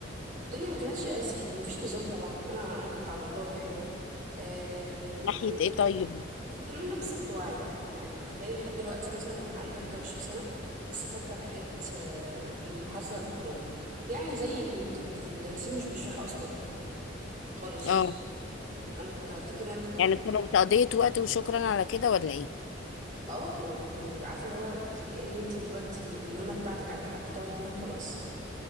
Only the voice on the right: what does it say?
الدنيا ما كانتش ألذ حاجة ما فيش نظام طبعا أنا أنا كنت على الله يعني آم،
كنت
كنت نونة بس كنت واعية يعني تخيلي لحد دلوقتي مثلا وانا عندي حاجة وعشرين سنة لسه فاكرة الحاجات آه، اللي حصلت في حضانة يعني زي ان ما كانت المدرسين مش بيشرحوا اصلا خالص
انا كنت افتكر ان انا كنت باخد
اه ما كانوا بي- عارفة اللي هو ز- كأن انت بتودي النونة بتاعتك عند حد تقعد بيها خلاص